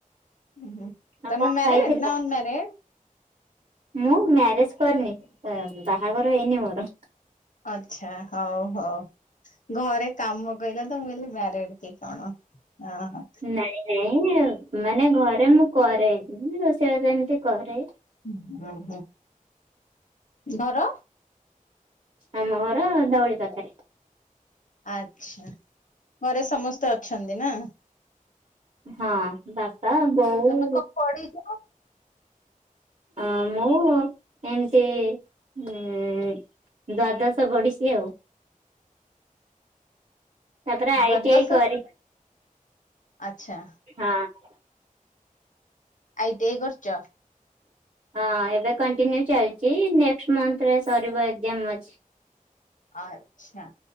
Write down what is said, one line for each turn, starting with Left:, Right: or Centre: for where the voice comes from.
Left: ହୁଁ
Right: ଆଉ
Left: ତମେ
Right: କଣ
Left: ମ୍ୟାରେଡନା
Right: ଖାଇଥିଲ?
Left: ଅନମ୍ୟାରେଡ।
Right: ମୁଁ ମ୍ୟାରେଜ କରିନି ବାହାଘର ହେଇନି ମୋର।
Left: ଅଚ୍ଛା ହଉ ହଉ ଘରେ କାମ କହିଲତ ମୁଁ କଇଲି ମ୍ୟାରେଡ କି କଣ ଅହ।
Right: ନାଇଁ ନାଇଁ ଅଁ ମାନେ ଘରେ ମୁଁ କରେ ରୋଷେଇବାସ ଏମିତି କରେ।
Left: <unintelligible> ହୁଁ ଘର
Right: ଆମ ଘର ଧଉଳି ପାଖେରେ
Left: ଆଚ୍ଛା ଘରେ ସମସ୍ତେ ଅଛନ୍ତି ନା?
Right: ହଁ ବାପା ବୋଉ
Left: ତମେ କଣ ପଢିଛ
Right: ଅ ମୁଁ ଏମତି ଉ ଦ୍ଵାଦଶ ପଢିଛି ଆଉ। ତାପରେ ଆଇ
Left: ଦ୍ଵାଦଶ
Right: ଟି ଆଇ କରିି
Left: ଆଚ୍ଛା।
Right: ହଁ।
Left: ଆଇ ଟି ଆଇ କରୁଛ?
Right: ହଁ ଏବେ କଣ୍ଟିନ୍ୟୁ ଚାଲିଛି ନେକ୍ସଟ୍ ମନ୍ଥରେ ସରିବ ଏକ୍ଜାମ ଅଛି।
Left: ଆଚ୍ଛା